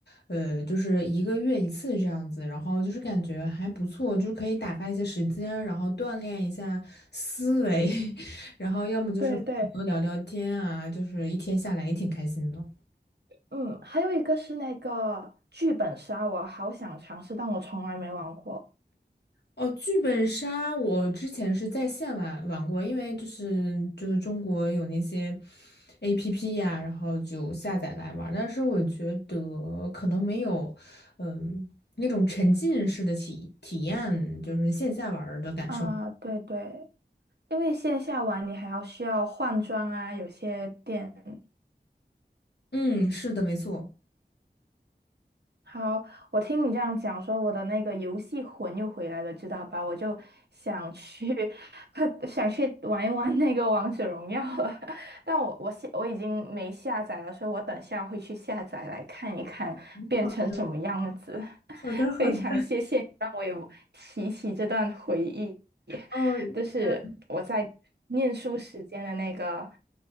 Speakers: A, on the left; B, on the right.
A: 呃，就是一个月一次这样子，然后就是感觉还不错，就是可以打发一些时间，然后锻炼一下思维，<laughs> 然后要么就是和朋友聊聊天啊，
B: 对对，
A: 就是一天下来也挺开心的。
B: 嗯，还有一个是那个剧本杀，我好想尝试，但我从来没玩过。
A: 哦，剧本杀我之前是在线玩玩过，因为就是就是中国有那些 APP 呀、然后就下载来玩儿但是我觉得可能没有，嗯，那种沉浸式的体体验，就是线下玩儿的感受。
B: 啊，对对，因为线下玩你还要需要换装啊，有些店。
A: 嗯，是的，没错。
B: 好，我听你这样讲，说我的那个游戏魂又回来了，知道吧？我就想去，<laughs> 想去玩一玩那个王者荣耀了。<laughs> 但我我下我已经没下载了，所以我等下会去下载来看一看变成什么样子。
A: 好
B: <laughs>
A: 好的，好的，
B: 非常谢谢你让我有提起这段回忆，
A: 哦，
B: 就是我在念书时间的那个
A: 呃，